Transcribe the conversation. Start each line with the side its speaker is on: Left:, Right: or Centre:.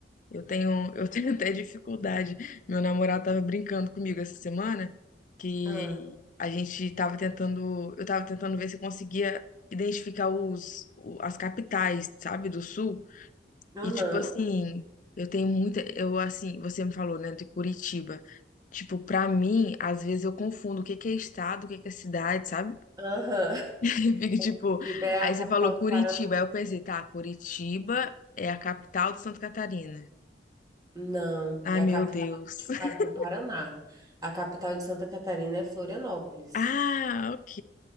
Left: Eu tenho, eu <laughs> tenho até dificuldade. Meu namorado tava brincando comigo essa semana que
Right: Ah,
Left: a gente tava tentando, eu tava tentando ver se eu conseguia identificar os, o- as capitais, sabe, do sul.
Right: Aham,
Left: E tipo assim, eu tenho muita, eu assim, você me falou, né, de Curitiba. Tipo, pra mim, às vezes eu confundo o que que é estado, o que que é cidade, sabe?
Right: aham. <laughs>
Left: <laughs> E fico
Right: Curitiba
Left: tipo,
Right: é
Left: aí
Right: a capital
Left: você falou Curitiba,
Right: do Paraná.
Left: aí eu pensei, tá, Curitiba é a capital de Santa Catarina.
Right: Não,
Left: Ai,
Right: é a
Left: meu
Right: capital
Left: Deus.
Right: de
Left: <laughs>
Right: Pa- do Paraná. A capital de Santa Catarina é Florianópolis.
Left: Ah, ok.